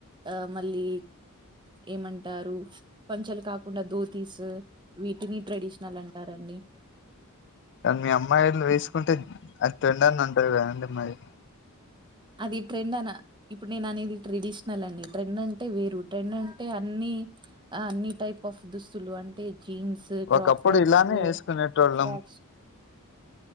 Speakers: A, on the right; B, on the left.
A: ఆ మళ్ళీ ఏమంటారు పంచలు కాకుండా ధోతీస్ వీటిని ట్రెడిషనల్ అంటారండి
B: కానీ మీ అమ్మాయిళ వేసుకుంటే అది <unintelligible> అని అంటారు కదండి మరి
A: అది ట్రెండ్ అన ఇప్పుడు నేను అనేది ట్రెడిషనల్ అన్ని ట్రెండ్ అంటే వేరు ట్రెండ్ అంటే అన్ని అన్ని టైప్ ఆఫ్ దుస్తులు అంటే జీన్స్ క్రాప్
B: ఒకప్పుడు
A: టాప్స్
B: ఇలానే వేసుకునేటోళ్ళం
A: ఫ్రాక్స్.